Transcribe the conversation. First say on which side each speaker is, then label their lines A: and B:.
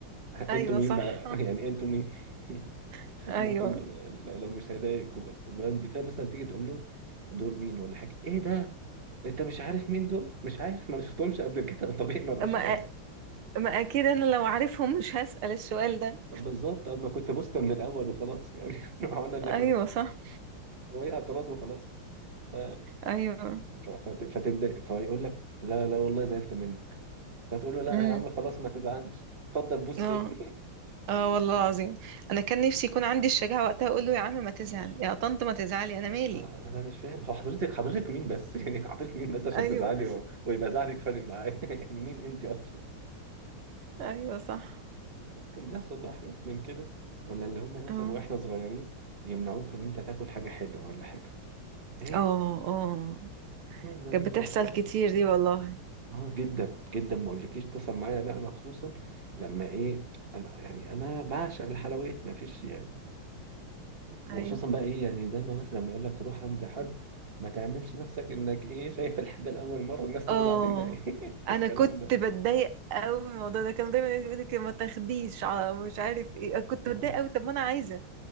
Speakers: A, on the right; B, on the right.
A: انا
B: ايوه
A: <laughs> انتوا مين
B: صح
A: بقى؟ <laughs> يعني انتوا مين؟
B: <laughs>
A: <laughs> ممكن
B: ايوه
A: بقى لو لو مش هيضايقكم بس طب بعد كده مثلا تيجي تقول له دول مين ولا حاجه ايه ده؟ انت مش عارف مين دول؟ مش عارف ما انا شفتهمش قبل كده <laughs> طبيعي ما بقاش
B: ما
A: عارف
B: ما اكيد انا لو عارفهم مش هسأل السؤال ده
A: طب بالظبط طب ما كنت بوست من الاول وخلاص يعني <laughs> انا اللي
B: ايوه صح
A: وهي اعتراض وخلاص ف
B: ايوه
A: ف- فت- فتتضايق فيقول لك لا لا والله زعلت منك فتقول له لا
B: امم
A: يا عم خلاص ما تزعلش اتفضل بوس
B: اه
A: تاني
B: اه والله العظيم انا كان نفسي يكون عندي الشجاعه وقتها اقول له يا عم ما تزعل يا طنط ما تزعلي انا مالي
A: <laughs> انا مش فاهم هو حضرتك حضرتك مين بس <laughs> يعني حضرتك مين بس عشان
B: ايوه
A: تزعلي و- ويبقى زعلك فارق معايا <laughs> يعني مين انت اصلا
B: ايوه صح
A: <laughs> كان بيحصل بقى حاجات من كده ولا اللي هم مثلا
B: اه
A: واحنا صغيرين يمنعوك ان انت تاكل حاجه حلوه ولا حاجه ايه
B: اه اه
A: المهم ده
B: كانت بتحصل
A: مصلحتك
B: كتير دي والله
A: اه جدا جدا ما اقولكيش اتصل معايا بقى انا خصوصا لما ايه انا يعني انا بعشق الحلويات ما فيش يعني وخصوصا
B: ايوه
A: بقى ايه يعني دايما مثلا لما يقول لك روح عند حد ما تعملش نفسك انك ايه شايف الحاجه لاول مره الناس تقول
B: اه
A: علينا ايه <laughs> والكلام
B: انا كنت
A: ده
B: بتضايق قوي من الموضوع ده كانوا دايما يقولوا لك ما تاخديش على مش عارف ايه كنت
A: اه
B: بتضايق
A: اه.
B: قوي طب ما انا عايزه